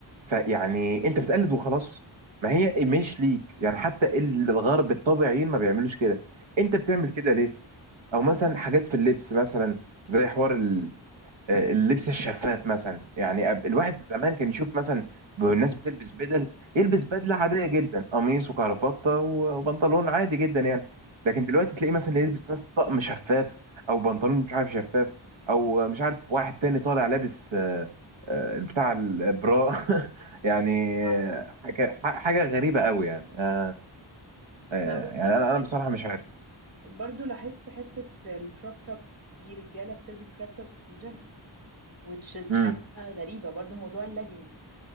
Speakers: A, on the right (about 70°); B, on the right (about 50°).
A: فيعني انت بتقلد وخلاص ما هي
B: م-
A: مش ليك يعني حتى ال- الغرب الطبيعيين ما بيعملوش كده انت بتعمل كده ليه او
B: م-
A: مثلا حاجات في اللبس مثلا زي حوار آه، اللبس الشفاف مثلا يعني أب- الواحد زمان كان يشوف مثلا ب- الناس بتلبس بدل يلبس بدلة عادية جدا قميص وكرافتة و- وبنطلون عادي جدا يعني لكن دلوقتي تلاقيه مثلا يلبس مثلا طقم شفاف او بنطلون مش عارف شفاف او مش عارف واحد تاني طالع لابس آه، آه، بتاع البراء <laughs> يعني
B: آه.
A: آه، حاجة حاجة غريبة قوي يعني آه، آه،
B: ما بالظبط
A: يعني انا أنا بصراحة مش عارف
B: برضو لاحظت حتة الكروب توبس في رجالة بتلبس كروب توبس في الجيم which is
A: امم
B: حاجة غريبة برضو موضوع اللاجينز